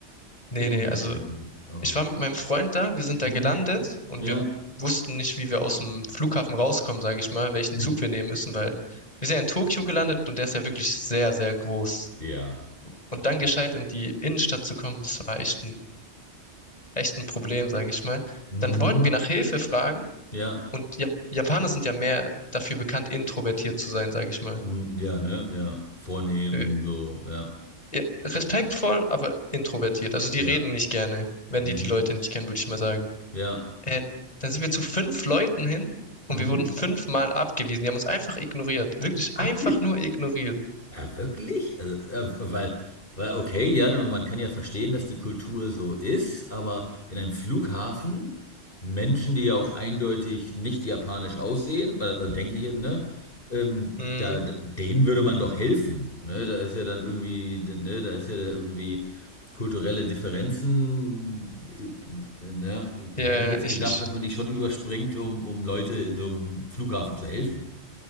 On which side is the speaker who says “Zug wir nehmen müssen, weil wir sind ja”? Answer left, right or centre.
Left